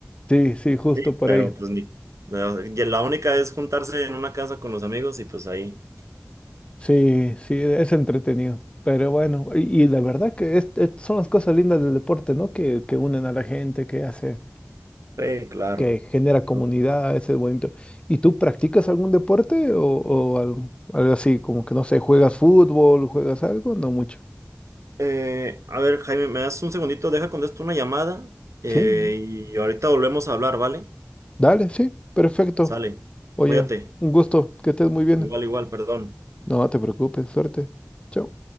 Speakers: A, on the left; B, on the right.
A: sí, sí, justo
B: Sí,
A: por
B: pero
A: ahí.
B: pues ni... no, y la única es juntarse en una casa con los amigos y pues ahí.
A: Sí, sí, es entretenido. Pero bueno, y, y la verdad que es- es- son las cosas lindas del deporte, ¿no? Que, que unen a la gente, que hace,
B: Sí, claro.
A: que genera comunidad,
B: ¿no?
A: ese es bonito. ¿Y tú practicas algún deporte o, o algo, algo así, como que no sé, juegas fútbol, juegas algo? No mucho.
B: Eh, a ver, Jaime, me das un segundito, deja contesto una llamada eh,
A: Sí,
B: y ahorita volvemos a hablar, ¿vale?
A: dale, sí, perfecto.
B: Sale,
A: Oye,
B: cuídate.
A: un gusto, que estés muy bien.
B: Igual, igual, perdón.
A: No te preocupes, suerte. Chao.